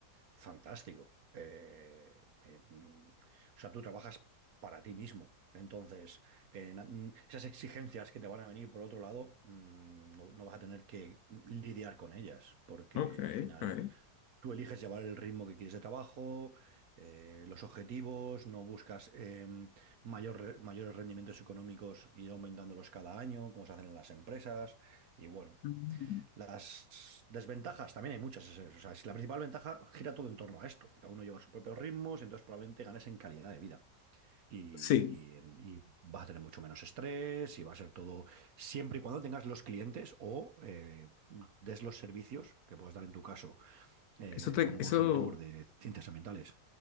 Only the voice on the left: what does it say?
Ok,
ok.
Mm.
Sí,
eso te,
eso